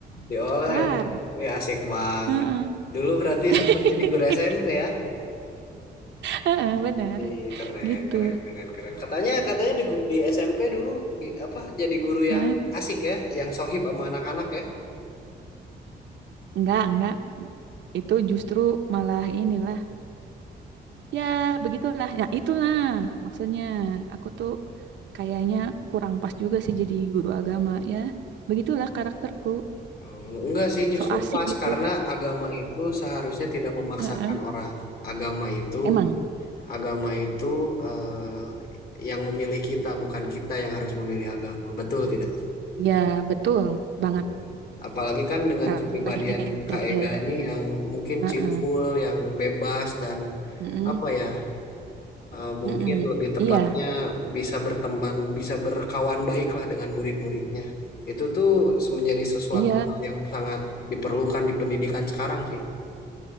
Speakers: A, on the left; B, on the right.
A: diolah
B: Kelar.
A: ya. Wih, asik banget.
B: Heeh.
A: Dulu berarti
B: <laughs>
A: sempat jadi guru SMP ya?
B: Heeh, benar
A: Wih, keren,
B: gitu.
A: keren, keren, keren. Katanya, katanya di, gu- di SMP dulu di- apa jadi guru
B: Heeh.
A: yang asik ya, yang sohib sama anak-anak ya?
B: Enggak, enggak. Itu justru malah inilah. Ya, begitulah. Ya, itulah maksudnya. Aku tuh kayaknya kurang pas juga sih jadi guru agama ya. Begitulah karakterku.
A: Oh, enggak sih, justru
B: So asik
A: pas
B: gitu.
A: karena agama itu seharusnya tidak memaksakan
B: Heeh.
A: orang. Agama itu,
B: Emang,
A: agama itu eh, yang memilih kita, bukan kita yang harus memilih agama. Betul tidak?
B: ya betul
A: Betul.
B: banget
A: Apalagi kan dengan
B: karena
A: kepribadian
B: hidayah.
A: Kak Ega ini yang mungkin
B: Heeh.
A: cheerful, yang bebas dan
B: Mm-mm.
A: apa ya, eh, mungkin
B: Mm-mm.
A: lebih tepatnya
B: Iya,
A: bisa berteman, bisa berkawan baik lah dengan murid-muridnya. Itu tuh menjadi sesuatu
B: iya.
A: hal yang sangat diperlukan di pendidikan sekarang sih.